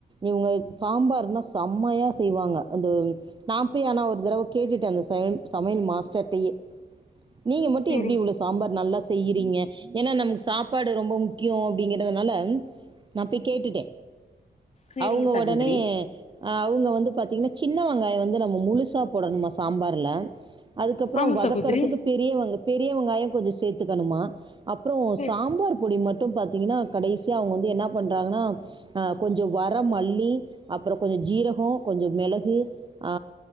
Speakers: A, on the right (about 25°); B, on the left (about 40°).
A: இவங்க சாம்பார்னா செம்மையா செய்வாங்க அது நான் போய் ஆனா ஒரு தடவ கேட்டுட்டேன் அந்த சமையல் மாஸ்டரிட்டையே நீங்க மட்டு
B: சேரி
A: எப்டி இவ்ளோ சாம்பார் நல்லா செய்யிறீங்க ஏன்னா நமுக்கு சாப்பாடு ரொம்போ முக்கியோ அப்படிங்கறதுனால நா போய் கேட்டுட்டே
B: சேரிங்க
A: அவுங்க
B: சகோதரி
A: ஒடனே அவுங்க வந்து பாத்தீங்கனா சின்ன வங்காய வந்து நம்ம முழுசா போடணுமா சாம்பார்ல அதுக்கப்புறோ
B: ஆமா
A: வதக்கறதுக்கு
B: சகோதரி
A: பெரியவங்க பெ பெரிய வங்காயோ கொஞ்சோ சேத்துக்கணுமா அப்புறோ
B: சேரி
A: சாம்பார் பொடி மட்டு பத் பாத்தீங்கனா கடைசியா அவுங்க வந்து என்ன பண்றாங்னா ஆ கொஞ்சோ வர மல்லி அப்புறோ கொஞ்சோ ஜீரகோ கொஞ்சோ மெளகு ஆ